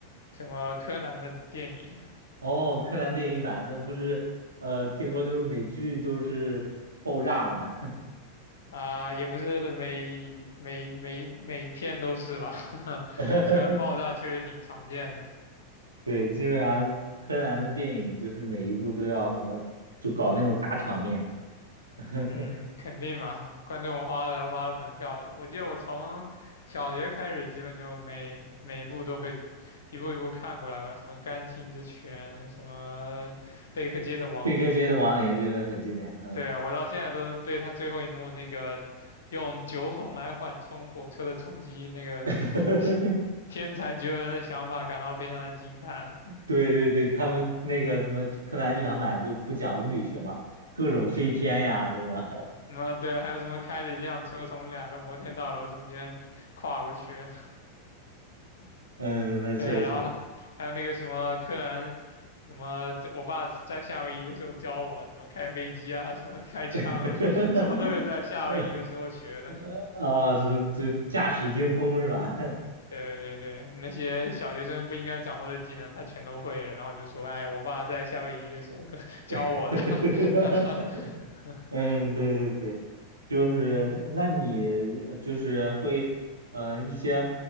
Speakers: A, on the left; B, on the right.
A: 什么柯南的电影
B: 哦，柯南电影版，那不是，呃，听说就是美剧都是爆炸嘛。
A: 啊，也不是每每每每一篇都是吧，<laughs>
B: <laughs>
A: 虽然爆炸确实挺常见的，
B: 对，基本上柯南的电影就是每一部都要什么，就搞那种大场面。<laughs>
A: 嗯，肯定嘛，观众花了花了门票的，我记得我从小学开始，基本就每每一部都会一步一步看过来吧，什么《甘青之拳》，什么《贝克街的亡灵》。
B: 贝克街的亡灵这个很经典，嗯，
A: 对啊，我到现在都对他最后一幕那个用酒桶来缓冲火车的冲击那个天
B: <laughs>
A: 天才绝伦的想法感到非常的惊叹。
B: 对对对，他们那个什么柯南剧场版就不讲物理学嘛，各种飞天呀什么，
A: 嗯，什么对，还有什么开着一辆车从两个摩天大楼中间跨过去？
B: <laughs> 嗯，那确实，
A: 对，然后还有那个什么柯南，什么我爸在夏威夷的时候教我什么开飞机啊，什么开枪啊，
B: <laughs>
A: 什么都是在夏威夷的时候学的。
B: 呃哦，是就驾驶精通是吧？
A: 对对对，那些小学生不应该掌握的技能，他全都会，然后就说：“哎，我爸在夏威夷的时候跟 <laughs> 教我的。
B: <laughs>
A: <laughs>”
B: 嗯，对对对，就是那那你呃就是会，呃，一些